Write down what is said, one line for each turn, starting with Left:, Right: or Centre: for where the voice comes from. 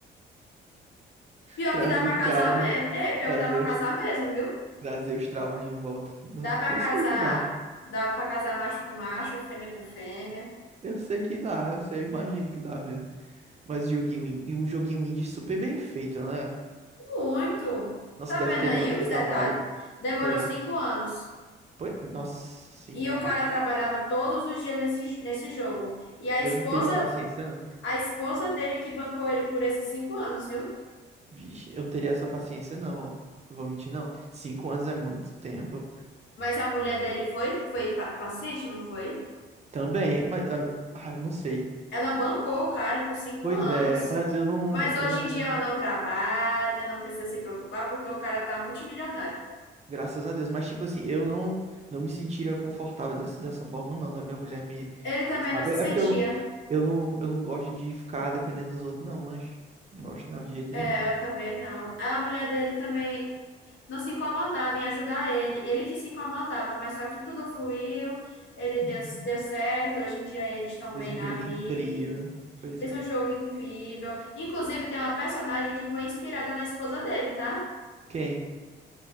Left: Pior
Right: Trazer
Left: que dá pra
Right: os
Left: casar
Right: traumas,
Left: mesmo.
Right: de-
Left: É, pior
Right: trazer
Left: que dá pra casar
Right: os,
Left: mesmo, viu?
Right: trazer os traumas de volta. Não,
Left: Dá pra
Right: Eu
Left: casar,
Right: sei que dá.
Left: dá pra casar macho com macho, fêmea com fêmea.
Right: Eu sei que dá, eu sei, eu imagino que dá mesmo. Mas o joguinho, in- e o joguinho indie super bem feito, né?
Left: Muito.
Right: Nossa,
Left: Tu Tá
Right: deve
Left: vendo
Right: ter
Left: aí
Right: dado
Left: os
Right: um trabalho.
Left: detalhes? Demorou
Right: Tô.
Left: cinco anos.
Right: Pô, Nossa senhora.
Left: E o cara trabalhava todos os dias nesse, nesse jogo. E a
Right: Eu
Left: esposa,
Right: não teria paciência, não.
Left: a esposa dele que bancou ele por esses cinco anos, viu?
Right: Vixe, eu não teria essa paciência, não, ó. Não vou mentir, não. Cinco anos é muito tempo.
Left: Mas a mulher dele foi, foi pa- paciente, não foi?
Right: Também, mas ah, ah, eu não sei.
Left: Ela bancou o cara por cinco
Right: Pois
Left: anos.
Right: é, mas eu não,
Left: Mas hoje
Right: eu não.
Left: em dia ela não trabalha, não precisa se preocupar, porque o cara tá multimilionário.
Right: Graças a Deus. Mas, tipo assim, eu não, não me sentiria confortável dessa, dessa forma, não. Da minha mulher me.
Left: Ele também
Right: Sabe?
Left: não se sentia.
Right: É porque eu, não- eu não, eu não gosto de ficar dependendo dos outros, não, mas. Não gosto, não, de jeito
Left: É,
Right: nenhum.
Left: eu também não. A mulher dele também não se incomodava em ajudar ele. Ele que se incomodava, mas só que tudo fluiu, ele deu,
Right: Uhum.
Left: deu certo. Hoje em dia eles estão
Right: Fez
Left: bem
Right: um
Left: na
Right: jogo
Left: vida.
Right: incrível. Pois
Left: Fez
Right: é.
Left: um jogo incrível. Inclusive, tem uma personagem que foi inspirada na esposa dele, tá?
Right: Quem?